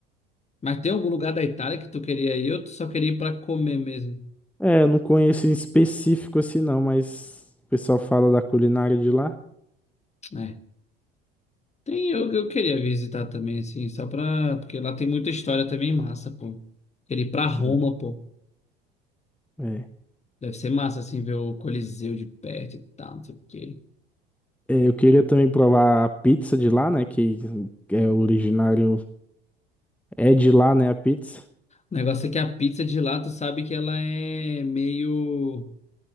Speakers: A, on the left (about 25°); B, in the centre.
A: Mas tem algum lugar da Itália que tu queria ir? Eu só queria ir pra comer mesmo.
B: É, eu não conheço em específico assim não, mas o pessoal fala da culinária de lá.
A: É. Tem, eu, eu queria visitar também, assim, só pra. Porque lá tem muita história também massa, pô. Queria ir pra Roma,
B: É.
A: pô.
B: É.
A: Deve ser massa, assim, ver o Coliseu de perto e tal, não sei o quê.
B: É, eu queria também provar a pizza de lá, né, que é originário, é de lá, né, a pizza.
A: O negócio é que a pizza de lá, tu sabe que ela é meio.